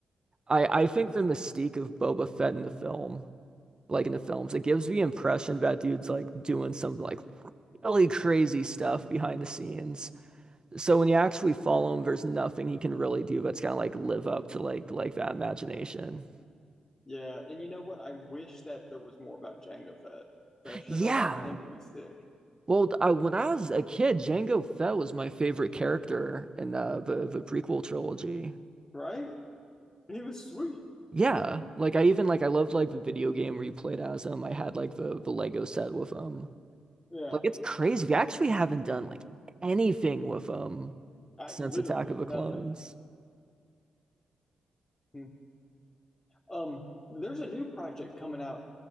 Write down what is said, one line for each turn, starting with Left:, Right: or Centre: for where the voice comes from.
Right: I I think the mystique of Boba Fett in the film, like in the films, it gives the impression that dude's like doing some like really crazy stuff behind the scenes. So when you actually follow him, there's nothing he can really do that's gonna like live up to like like that imagination.
Left: Yeah. And you know what? I wish that there was more about Jango Fett. The show
Right: Yeah.
Left: about him would be sick,
Right: Well, I, when I was a kid, Jango Fett was my favorite character in uh, the the prequel trilogy.
Left: right? He was sweet.
Right: Yeah, like I even like I loved like the video game where you played as them. I had like the the Lego set with them.
Left: Yeah.
Right: Like it's crazy. We actually haven't done like anything with them
Left: I
Right: since
Left: literally
Right: Attack of the
Left: nothing.
Right: Clones.
Left: Hmm. Um, there's a new project coming out